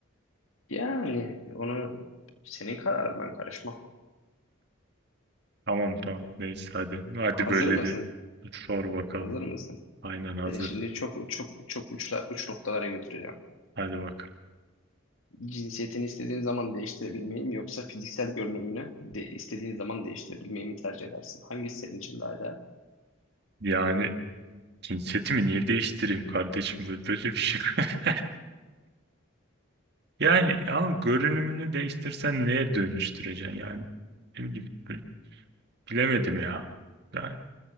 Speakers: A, on the left; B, on the right.
A: yani onu senin kararın ben karışmam.
B: Tamam tamam. Neyse hadi. Hadi
A: Hazır
B: böyle
A: mısın?
B: de sor bakalım.
A: Hazır mısın?
B: Aynen hazırım.
A: Seni şimdi çok çok çok uçla, uç noktalara götüreceğim.
B: Hadi bak.
A: cinsiyetini istediğin zaman değiştirebilmeyi mi yoksa fiziksel görünümünü de istediğin zaman değiştirebilmeyi mi tercih edersin? Hangisi senin için daha değerli?
B: Yani cinsiyetimi niye değiştireyim kardeşim? Böyle böyle bir şey. <laughs> Yani ama görünümünü değiştirsen neye dönüştüreceksin yani? Ne bileyim, böyle bilemedim ya. Yani,